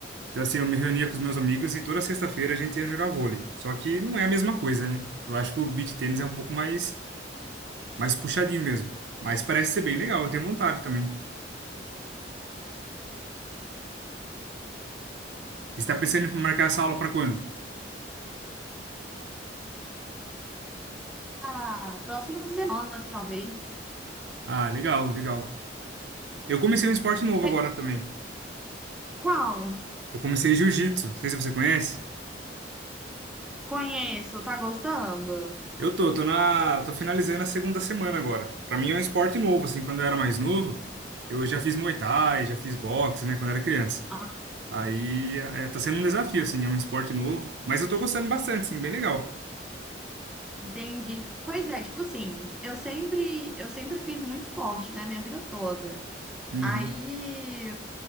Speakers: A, on the right; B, in the centre.
A: Então, assim, eu me reunia com os meus amigos e toda sexta-feira a gente ia jogar vôlei. Só que não é a mesma coisa, né? Eu acho que o beach tennis é um pouco mais, mais puxadinho mesmo. Mas parece ser bem legal, eu tenho vontade também. Você está pensando em marcar essa aula para quando?
B: Ah, próxima semana, talvez.
A: Ah, legal, legal. Eu comecei um esporte novo
B: Sei-
A: agora também.
B: Qual?
A: Eu comecei jiu-jitsu. Não sei se você conhece.
B: Conheço, tá gostando?
A: Eu tô, tô na, tô finalizando a segunda semana agora. Para mim é um esporte novo, assim, quando eu era mais novo, eu já fiz Muay Thai, já fiz boxe, né, quando eu era criança.
B: Ah,
A: Aí é, tá sendo um desafio, assim, é um esporte novo, mas eu tô gostando bastante, assim, bem legal.
B: entendi. Pois é, tipo assim, eu sempre, eu sempre fiz muito esporte, né, minha vida toda.
A: Uhum,
B: Aí